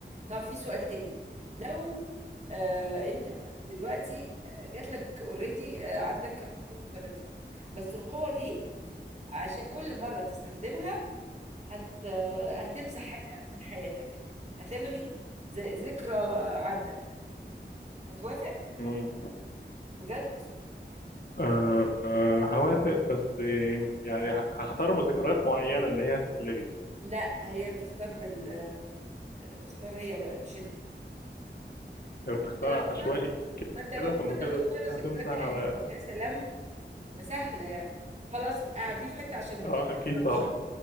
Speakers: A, on the right; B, on the left.
A: طب في سؤال تاني لو آه انت دلوقتي آه، جات لك اوريدي آه عندك قوه خارقه بس القوه دي عشان كل مره تستخدمها هت هتمسح حاجة من حياتك هتلغي ز- ذكرى عندك هتوافق
B: مم.
A: بجد
B: آه آه هوافق بس آه، يعني ه- هختار ذكريات معينة ان هي تتلغي
A: لا هي اللي تختار بال تختار هي بقى مش انت
B: لو تختار
A: انت لو اخترت
B: عشوائي
A: ما انت لو
B: كده
A: اخترت
B: ثم كده
A: هتختار الذكريات
B: هتمسح على
A: الأليمة يا سلام ما سهلة يعني خلاص اعديه في حتة عشان ما
B: اه اكيد
A: تهربش
B: طبعا